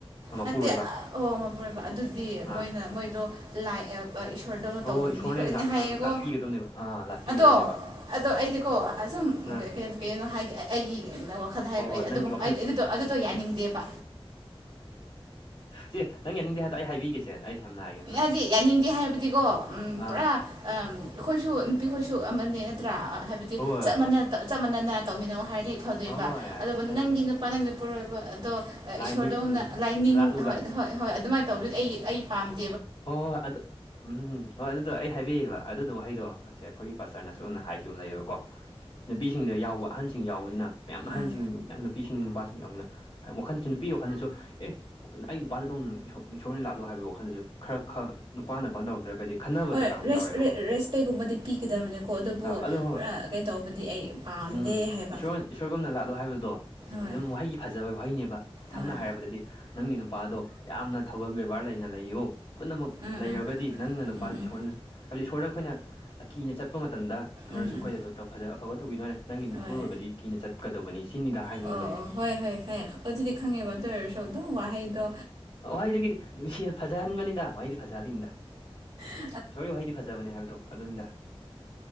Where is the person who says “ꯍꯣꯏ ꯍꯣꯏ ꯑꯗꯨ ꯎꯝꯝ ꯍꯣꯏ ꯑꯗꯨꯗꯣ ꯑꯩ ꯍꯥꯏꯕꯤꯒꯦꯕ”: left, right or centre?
Left